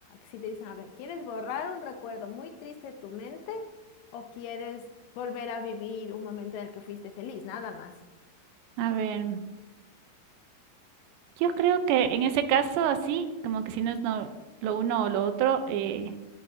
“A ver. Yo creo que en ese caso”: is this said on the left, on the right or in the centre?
Right